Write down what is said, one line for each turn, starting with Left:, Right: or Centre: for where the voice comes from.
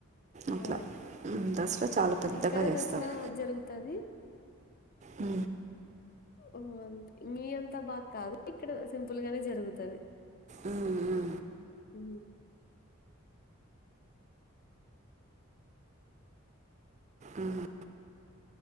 Right: అట్లా
Left: ఆ
Right: దసరా చాలా పెద్దగా
Left: ఇక్కడ
Right: చేస్తాము
Left: దసరా జరుగుతది
Right: ఊ
Left: ఓ అంతే మీ అంతా బాగా కాదు ఇక్కడ సింపుల్ గానే జరుగుతది
Right: ఊ ఊ
Left: ఊ
Right: ఉహు